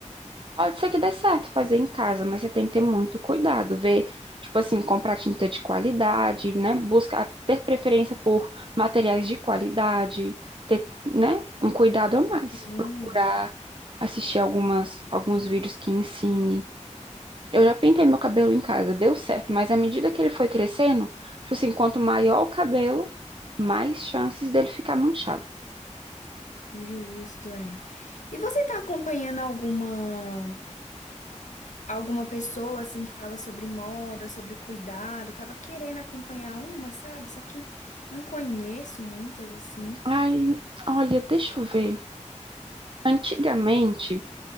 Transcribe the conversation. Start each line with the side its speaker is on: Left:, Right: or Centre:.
Right: pode ser que dê certo fazer em casa, mas você tem que ter muito cuidado, ver, tipo assim, comprar tinta de qualidade, né? Buscar ter preferência por materiais de qualidade, ter, né, um cuidado a mais.
Left: Sim.
Right: Procurar assistir algumas alguns vídeos que ensine Eu já pintei meu cabelo em casa, deu certo, mas à medida que ele foi crescendo, tipo assim, quanto maior o cabelo, mais chances dele ficar manchado.
Left: Justo, é. E você tá acompanhando alguma alguma pessoa assim que fala sobre moda, sobre cuidado? Tava querendo acompanhar uma, sabe? Só que não conheço muitas assim.
Right: Ai, olha, deixa eu ver. Antigamente,